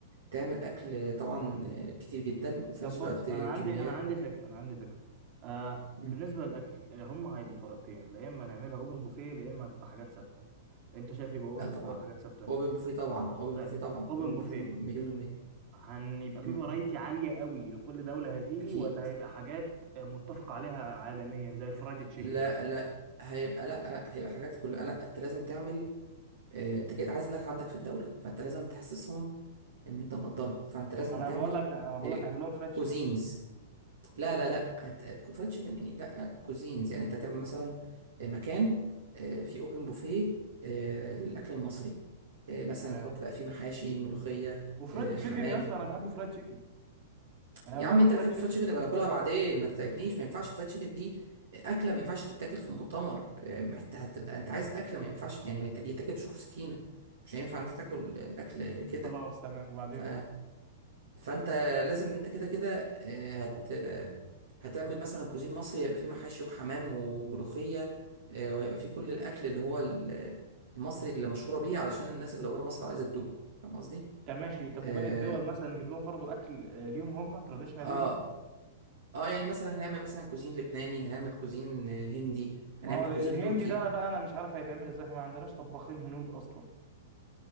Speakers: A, on the right; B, on the right.
A: تعمل اكل آه، طبعا آه، كتير جدا وفي
B: طب
A: نفس
B: بص
A: الوقت
B: انا
A: آه،
B: عندي
A: كميات
B: انا عندي فكره انا عندي فكره آه
A: مم.
B: بالنسبه للاكل آه، هم هيبقوا طريقتين يا اما نعملها اوبن بوفيه يا اما هتبقى حاجات ثابته فانت شايف يبقى اوبن
A: لا طبعا
B: بوفيه ولا حاجات ثابته
A: اوبن بوفيه طبعا اوبن
B: طيب
A: بوفيه طبعا
B: اوبن
A: اوبن
B: بوفيه
A: بوفيه مليون المية
B: هنبقى
A: مم.
B: في فرايتي عاليه قوي لكل دوله هتيجي
A: اكيد
B: ولا هيبقى حاجات آه، متفق عليها عالميا زي فرايد تشيكن
A: لا لا هيبقى لا لا هيبقى حاجات كلها لا انت لازم تعمل آه، انت كده عايز الناس عندك في الدولة فانت لازم تحسسهم ان انت مقدرهم فانت لازم
B: ما انا
A: هتعمل
B: بقول لك انا بقول لك نعمل لهم فرايد
A: كوزينز
B: تشيكن
A: لا لا لا هت... فرايد تشيكن ايه لا كوزينز يعني انت هتعمل مثلا آه، مكان آه، فيه اوبن بوفيه للاكل المصري آه، مثلا
B: تمام
A: تحط بقى فيه محاشي ملوخية
B: وفرايد
A: آه،
B: تشيكن
A: حمام
B: يا اسطى انا بحب فرايد تشيكن يعني
A: يا
B: ماله
A: عم انت
B: فرايد
A: بتحب
B: تشيكن
A: الفرايد تشيكن يبقى ناكلها بعدين ما تتعبنيش ما ينفعش الفرايد تشيكن دي اكله ما ينفعش تتاكل في مؤتمر اه، محت... هتبقى انت عايز اكله ما ينفعش يعني مت- يتاكل بشوك سكينه مش هينفع انت تاكل اكل كده
B: خلاص تمام وبعدين
A: ف... فانت لازم انت كده كده اه، هت... اه، هتعمل مثلا كوزين مصري هيبقى فيه محاشي وحمام وملوخيه اه، وهيبقى فيه كل الاكل اللي هو ال- المصري اللي مشهوره بيه علشان الناس اللي بره مصر عايزه تدوقه فاهم قصدي؟
B: طب ماشي طب
A: اه
B: وباقي الدول مثلا نجيب لهم برضو اكل آه، ليهم هم تراديشنال
A: آه،
B: ليهم
A: اه يعني مثلا هنعمل مثلا كوزين لبناني هنعمل كوزين آه، هندي
B: ما
A: هنعمل
B: هو الهندي
A: كوزين تركي
B: ده انا بقى انا مش عارف هيتعمل ازاي احنا ما عندناش طباخين هنود اصلا